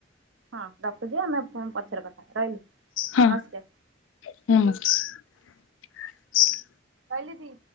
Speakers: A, on the right; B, on the left.
A: ହଁ ରଖୁଛି ଆମେ ପଛରେ କଥା ରହିଲି।
B: ହଁ
A: ନମସ୍କାର। <inaudible>
B: ନମସ୍କାର। <inaudible>
A: କଇଲି ଦି